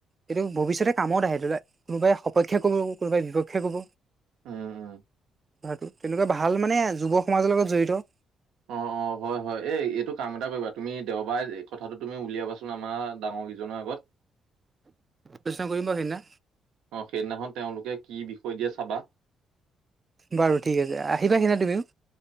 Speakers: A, on the right; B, on the right.
A: এইটো ভৱিষ্যতে কামত আহে কোনোবাই সপক্ষে ক'ব কোনোবাই বিপক্ষে ক'ব।
B: উম উম'।
A: হয়টো, তেনেকুৱা ভাল মানে যুৱ সমাজৰ লগত জড়িত-
B: অঁ অঁ ঘত- অঁ হয়, এইটো কাম এটা কৰিবা তুমি দেওবাৰে কথাটো তুমি উলিয়াবাচোন আমাৰ ডাঙৰকেইজনৰ আগত।
A: বিচাৰ কৰিম বাৰু সেইদিনা।
B: অঁ, সেইদিনাখন তেওঁলোকে কি বিষয় দিয়ে চাবা।
A: বাৰু ঠিক আছে। আহিবা সেইদিনা তুমিও।